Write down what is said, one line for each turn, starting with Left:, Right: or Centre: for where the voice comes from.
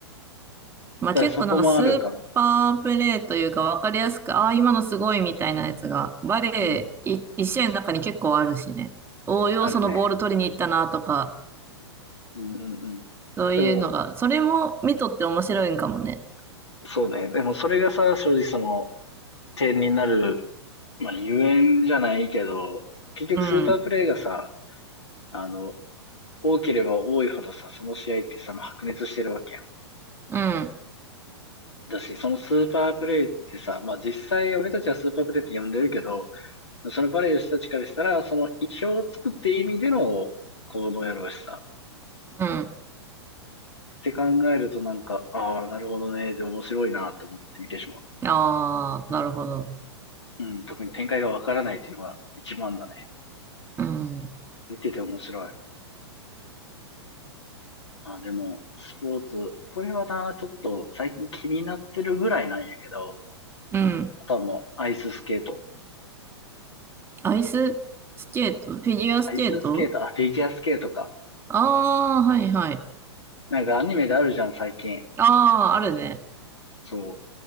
Right: まあ結構なんかスーパープレーというか分かりやすく、
Left: からそこもあるかも。
Right: ああ、今のすごいみたいなやつが、バレーい一試合の中に結構あるしね。
Left: うん、
Right: 応用そのボール取りに行ったなとか、
Left: あるね。うんうんうん。
Right: そういうのが、
Left: でも、
Right: それも見とって面白いんかもね。
Left: そうね。でもそれがさ、正直その、点になるまあ、ゆえんじゃないけど、結局スーパープレイがさ、
Right: うん、
Left: あの、多ければ多いほどさ、その試合ってさ、まあ白熱してるわけやん。
Right: うん、
Left: だし、そのスーパープレイってさ、まあ実際俺たちはスーパープレイって呼んでるけど、そのバレーの人たちからしたら、その意表をつくって意味での行動やろうしさ、
Right: うん。
Left: って考えるとなんか、ああ、なるほどね、で面白いなと思って見てしまう。
Right: ああ、なるほど。
Left: うん、特に展開がわからないっていうのが一番だね。
Right: うん。
Left: 見てて面白い。あ、でも、スポーツ、これはな、ちょっと最近気になってるぐらいなんやけど、
Right: うん。
Left: あとはもうアイススケート。
Right: アイススケートフィギュアスケート
Left: アイススケート、あ、フィギュアスケートか。
Right: ああー、はいはい。
Left: なんかアニメであるじゃん、最近。
Right: ああ、あるね。
Left: そう。